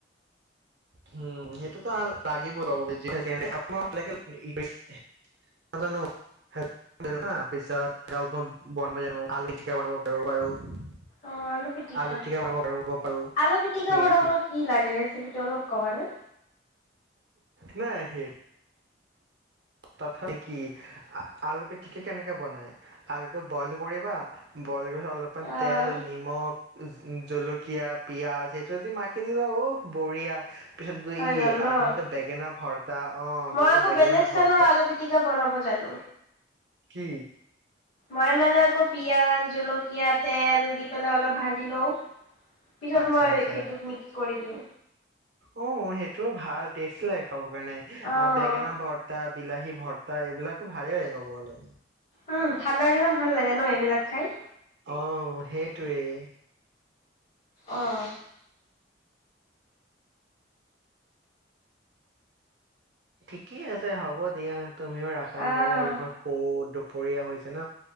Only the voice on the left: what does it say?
অ', পিটিকা।
আলু পিটিকা
বনাব কি লাগে ৰেচিপিটো অলপ কমা নে
অ',
হৈ গ'ল ন?
মই
আকৌ
বেলেগ ষ্টাইলৰ
আলু পিটিকা বনাব জানো
মই মানে আকৌ পিয়াঁজ জলকীয়া তেল দি পেলাই অলপ ভাজি লওঁ পিছত
মই
সেইটো মিক্স কৰি ক
অ',
উম ঠাণ্ডাৰ দিনত ভাল লাগে ন এইবিলাক খাই
অহঁ
অ',